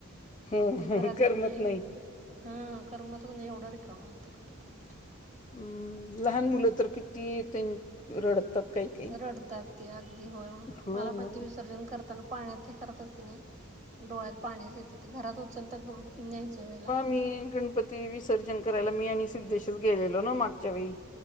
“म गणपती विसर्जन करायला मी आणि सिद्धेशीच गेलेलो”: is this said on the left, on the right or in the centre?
Left